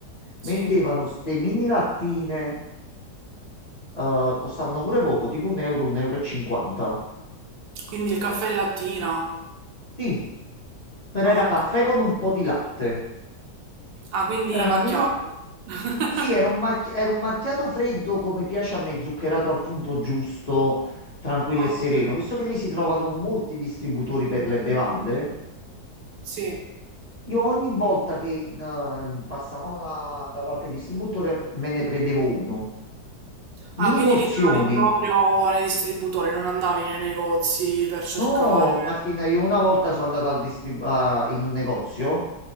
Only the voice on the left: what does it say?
vendevano
ste mini lattine eh, costavano pure poco, tipo un euro, un euro e cinquanta.
Sì, però
era caffè
con un po' di latte.
Era
una mini...
Sì, era un, mac- era un macchiato freddo come piace a me, zuccherato al punto giusto, tranquillo
e sereno. Visto che lì si trovano molti distributori per le bevande,
io ogni volta che eh, passavamo da, da qualche distributore me ne prendevo uno.
Mini
porzioni.
No, Martina, io una volta sono andato al distrib- a- in un negozio,